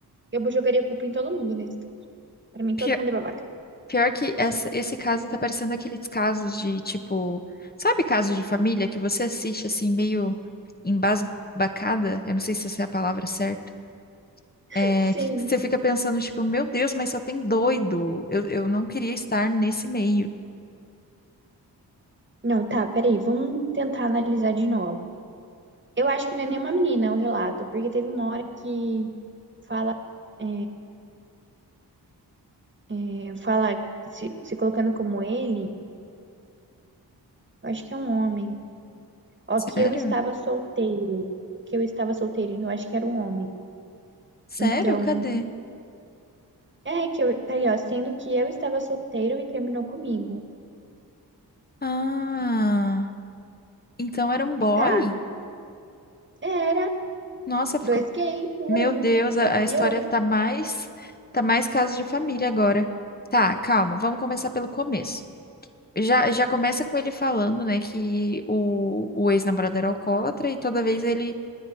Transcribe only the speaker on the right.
Eu jogaria culpa em todo mundo nesse. caso. Pra mim, todo
mundo é babaca.
<laughs>
Sim.
Não, tá, peraí, vamos tentar analisar de novo. Eu acho que não é nenhuma menina o relato, porque teve uma hora que fala, é, é, fala se, se colocando como ele, eu acho que é um homem. Ó,
que eu estava solteiro, que eu estava solteiro, então eu acho que era um homem.
Então,
é que eu, tá ali, ó, sendo que eu estava solteiro e terminou comigo.
Tá, era,
dois gays, durão,
piorou,